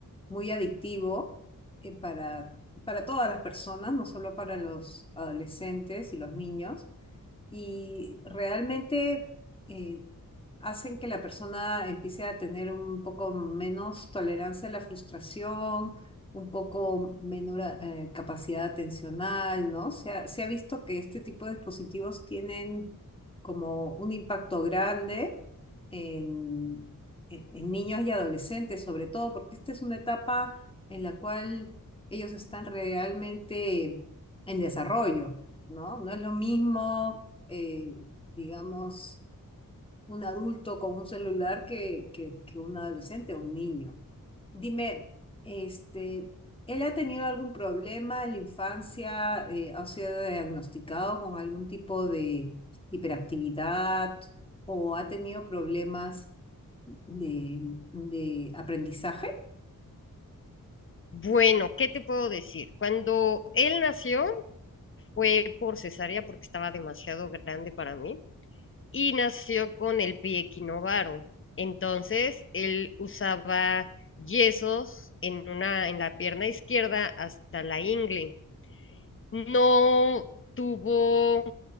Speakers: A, on the left; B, on the left.
A: muy adictivo eh, para, para todas las personas, no solo para los adolescentes y los niños. Y realmente eh, hacen que la persona empiece a tener un poco menos tolerancia a la frustración, un poco menor eh, capacidad atencional, ¿no? Se ha, se ha visto que este tipo de dispositivos tienen como un impacto grande en, en- en niños y adolescentes, sobre todo porque esta es una etapa en la cual ellos están realmente en desarrollo, ¿no? No es lo mismo, eh, digamos un adulto con un celular que, que, que un adolescente o un niño. Dime, este, ¿él ha tenido algún problema en la infancia? Eh, ¿ha sido diagnosticado con algún tipo de hiperactividad o ha tenido problemas de, de aprendizaje?
B: Bueno, ¿qué te puedo decir? Cuando él nació fue por cesárea porque estaba demasiado grande para mí y nació con el pie equinovaro. Entonces, él usaba yesos en una en la pierna izquierda hasta la ingle. No tuvo